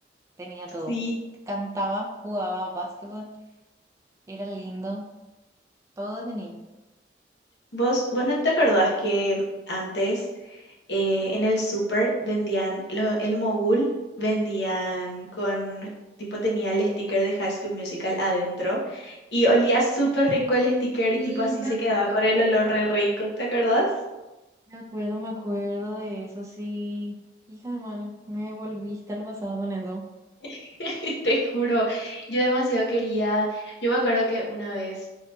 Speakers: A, on the right (about 15°); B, on the left (about 75°).
A: Tenía todo.
B: Sí,
A: Cantaba, jugaba básquetbol. Era lindo. Todo tenía.
B: vos, vos no te acordás que antes eh, en el súper vendían lo- el mogul, vendían con, tipo tenía el sticker de High School Musical adentro y olía súper rico el sticker
A: Y
B: y tipo así
A: me
B: se
A: acuerdo,
B: quedaba con el olor re rico, ¿te acordás?
A: me acuerdo, me acuerdo de eso, sí. Hija de mal, me volviste al pasado con eso.
B: <laughs> Te juro, yo demasiado quería, yo me acuerdo que una vez